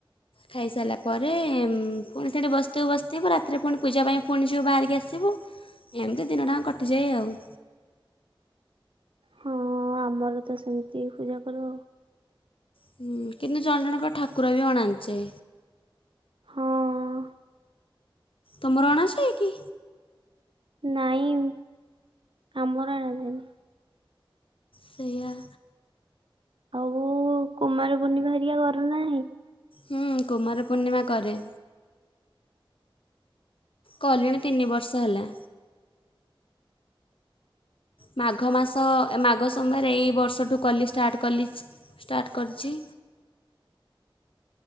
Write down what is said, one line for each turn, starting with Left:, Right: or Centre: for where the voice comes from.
Left: ଖାଇସାରିଲା ପରେ-ଏମ୍ ପୁଣି ସେଠି ବସିଥିବୁ ବସିଥିବୁ ରାତିରେ ପୁଣି ପୂଜା ପାଇଁ ପୁଣି ଯିବୁ ବାହାରିକି ଆସିବୁ। ଏମିତି ଦିନ ଟାଙ୍କ୍ କଟିଯାଏ ଆଉ।
Right: ହଁ, ଆମର ତ ସେମିତି ପୂଜା କରୁ।
Left: ହୁଁ, କିନ୍ତୁ ଜଣ ଜଣଙ୍କ ଠାକୁର ବି ଅଣାଞ୍ଚେ।
Right: ହଁ।
Left: ତମର ଅଣାଛି କି?
Right: ନାଇଁ, ଆମର ଅଣାଯାଏନି।
Left: ସେଇୟା।
Right: ଆଉ-ଉ କୁମାର ପୂର୍ଣ୍ଣିମା ହେରିକା ଗର ନାହିଁ?
Left: ହୁଁ, କୁମାର ପୂର୍ଣ୍ଣିମା କରେଁ। କଲିଣି ତିନି ବର୍ଷ ହେଲା। ମାଘ ମାସ ଏ ମାଘ ସମବାର ଏଇ ବର୍ଷଠୁ କଲି, ଷ୍ଟାର୍ଟ କଲି ଷ୍ଟାର୍ଟ କରିଛି।